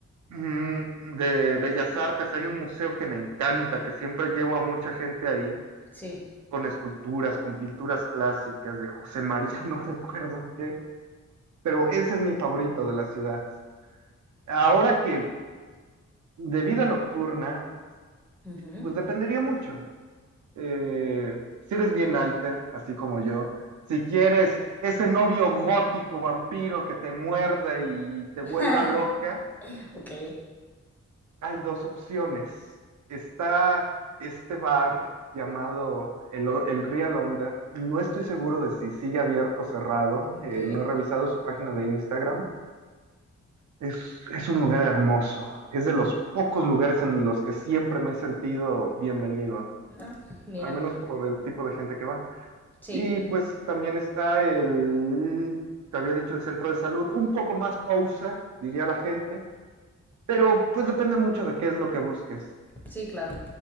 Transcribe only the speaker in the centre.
Sí.
Ujú.
<laughs>
Ok,
ok.
Ah, mira,
sí.
Sí, claro.